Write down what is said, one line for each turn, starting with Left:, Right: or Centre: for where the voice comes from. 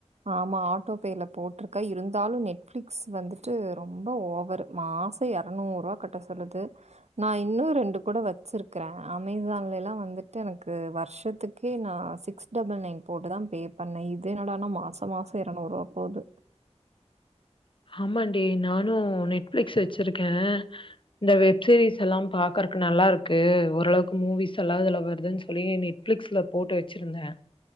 Right: ஆமா ஆட்டோபேல போட்டிருக்கா இருந்தாலு நெட்ஃபிளிக்ஸ் வந்துட்டு ரொம்ப ஓவர்ரு மாசோ எநூறு ரூபா கட்ட சொல்லுது நா இன்னு ரெண்டு கூட வச்சிருக்கற அமேசான்ல எல்லா வந்துட்டு எனக்கு வருஷத்துக்கே நா சிக்ஸ் டபுள் நைன் போட்டுதா பே பண்ணே இது என்டான மாச மாசம் மாசம் இருநூறு ரூபா போது
Left: ஆமாண்டி நானு நெட்பளிக்ஸ் வச்சிருக்கே இந்த வெப்சீரிஸ்லாம் பாக்குறக்கு நல்லா இருக்கு ஓரளவுக்கு மூவிஸ் எல்லாஇதுல வருதுன்னு சொல்லி நெட்பிளிக்ஸ்ல போட்டு வச்சிருந்த